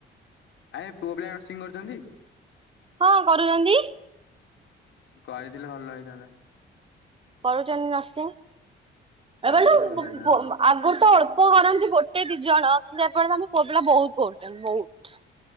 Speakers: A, on the left (about 70°); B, on the right (about 30°).
A: ଆରେ ପୁଅ ପିଲା ନର୍ସିଂ କରୁଛନ୍ତି?
B: ହଁ, କରୁଚନ୍ତି।
A: କହିଥିଲେ ଭଲ ହେଇଥାନ୍ତା।
B: କରୁଛନ୍ତି ନର୍ସିଂ।
A: କରିଥିଲେ
B: ଏବେ <unintelligible>
A: ଭଲ ହେଇଥାନ୍ତା
B: ଆଗରୁ ତ ଅଳ୍ପ କରନ୍ତି ଗୋଟେ ଦି ଜଣ। କିନ୍ତୁ, ଏପଟେ ତ ଆମ ପୁଅ ପିଲା ବହୁତ କରୁଛନ୍ତି। ବହୁତ।